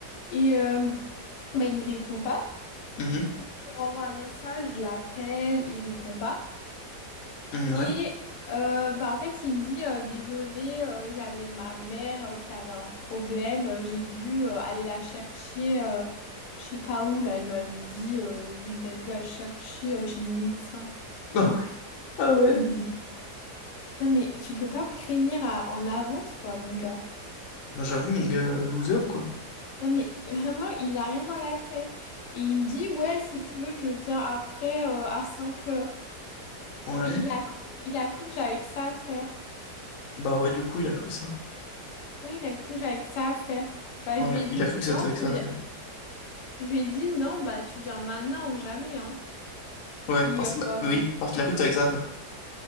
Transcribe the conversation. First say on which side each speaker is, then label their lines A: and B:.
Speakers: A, on the left (about 85°); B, on the left (about 65°).
A: Et, euh, bah, il me répond pas.
B: mhm,
A: Du coup, je lui renvoie un message, je l'appelle, il répond pas.
B: mhm, ouais.
A: Et, euh, bah, en fait, il me dit, euh, désolé, euh, j'avais ma mère, euh, qui avait un problème, euh, j'ai dû, euh, aller la chercher, euh, je sais pas où, là, il m'avait dit, euh, il a dû la chercher, euh, chez le médecin.
B: <laughs> Ah ouais. Ah ouais.
A: Non mais, non mais tu peux pas me prévenir à- en avance quoi mon gars.
B: Bah, j'avoue, mon gars, euh, loser, quoi.
A: Non mais vraiment il a rien dans la tête. Et il me dit ouais si tu veux je viens après euh, à 5 heures.
B: Ouais.
A: Non mais il a cru, il a cru que j'avais que ça à faire.
B: Bah, ouais, du coup, il a cru ça.
A: Oui il a cru que j'avais que ça à faire. Bah
B: Ouais.
A: je lui ai dit
B: Il a cru que c'était
A: non
B: avec
A: tu
B: ça
A: viens.
B: à faire.
A: Je lui ai dit non bah tu viens maintenant ou jamais hein.
B: Ouais,
A: Et
B: parce...
A: euh,
B: bah,
A: bah,
B: oui, parce qu'il a cru que t'avais avec ça à faire.